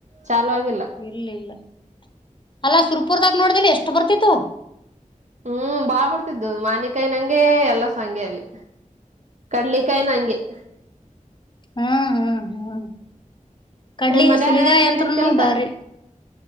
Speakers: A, on the right; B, on the left.
A: ಚಾಲ ಆಗಲ್ಲ
B: ಇಲ್ಲ ಇಲ್ಲ ಅಲ್ಲ ಸುರ್ಪುರ್ದಾಗ ನೋಡ್ದಿಲ್ಲ ಎಷ್ಟು ಬರ್ತತ್ತು
A: ಹ್ಮ್ ಬಾಳ್ ಬರ್ತಿದ್ದು ಮಾನಿಕಾಯಿ ನಂಗೆ ಎಲ್ಲ ಹಂಗೆ ಅಲ್ಲಿ ಕಡ್ಲಕಾಯಿನು ಹಂಗೆ ಅಲ್ಲಿ
B: ಹ್ಮ ಹಾ ಹಾ. ಕಡ್ಲಿ
A: ಏನ್ ಮನ್ಯಾಗ
B: ಸುಲಿಗ
A: ಏನ್
B: ಯಂತ್ರನು
A: ಎಲ್ಲೇನ್ ಕೆಲ್ಸ
B: ಬಾರಿ